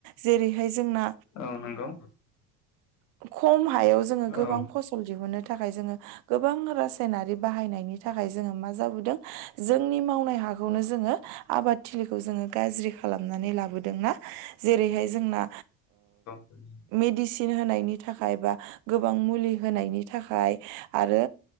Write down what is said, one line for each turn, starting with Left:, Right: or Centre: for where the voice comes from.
Right: जेरैहाय जोंना
Left: औ नंगौ
Right: खम हायाव जोंङो गोबां
Left: औ
Right: फसल दिहुनो थाखाय जोंङो गोबां रासायनारि बाहायनायनि थाखाय जोंङो मा जाबोदों जोंनि मावनाय हा बेखौनो जोंङो आबाद थिलिखौ जोंङो गाज्रि खालामनानै लाबोदोंना जेरैहाय जोंना
Left: <inaudible>
Right: मेडिसिन होनायनि थाखाय बा गोबां मुलि होनायनि थाखाय आरो